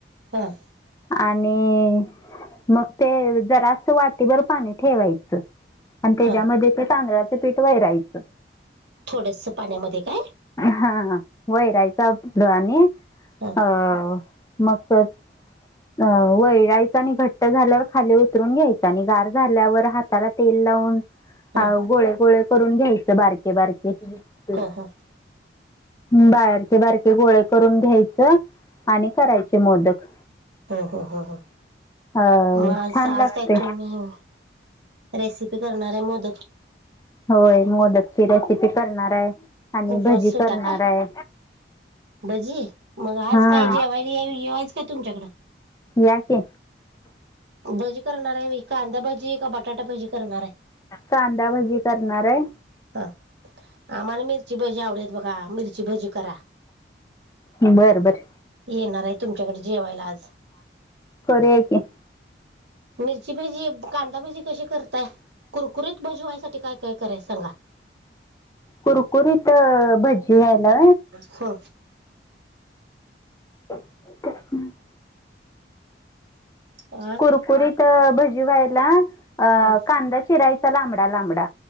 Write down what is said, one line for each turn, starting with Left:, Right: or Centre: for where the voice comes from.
Right: ह.
Left: आणि मग ते जरास, वाटीभर पाणी ठेवायच. आणि त्याच्यामध्येच
Right: हा
Left: तांदळाच पीठ वैरायच
Right: थोडस पाण्यामध्ये काय
Left: हा वैरायच दळाणी
Right: हा
Left: अ मग ते अ वैरायच आणि घट्ट झाल्यावर खाली उतरून घ्यायच आणि गार झाल्यावर हात जरा तेल लावून
Right: हा
Left: अ गोळे गोळे करून घ्यायच बारके बारके <unintelligible>
Right: हा हा
Left: हूं बाहेरचे बारके गोळ करून घ्यायचं आणि करायचे मोदक
Right: हो हो हो हो
Left: अ
Right: म
Left: छान
Right: आज
Left: लागते
Right: काय तुम्ही रेसिपी करणार हाय मोद
Left: होय मोदकची रेसिपी करणार हाय आणि
Right: उपवास
Left: भजी
Right: सुटा
Left: करणारये
Right: का भजी मग आज
Left: हा
Right: काय जेवायला ये येयाचं काय तुमच्याकड
Left: या की
Right: भजी करणार व्हय कांदा भजी का बटाटा भजी करणार हाय
Left: कांदाभजी करणार हाय
Right: हा आम्हाला मिरची भजी आवडेेत बघा मिरची भजी करा.
Left: बरं बर
Right: येणार हाय तुमच्याकडे जेवायला आज
Left: खर की
Right: मिरची भजी कांदा भजी कशी करताय कुरकुरीत भाजी वयासाठी काय काय कराय सांगा
Left: कुरकुरीत अ भजी व्हायला
Right: अ हो
Left: <unintelligible>
Right: <unintelligible> आ
Left: कुरकुरीत अ भजी व्हायला अ
Right: ह
Left: कांदा चिरायचा लांबडा लांबडा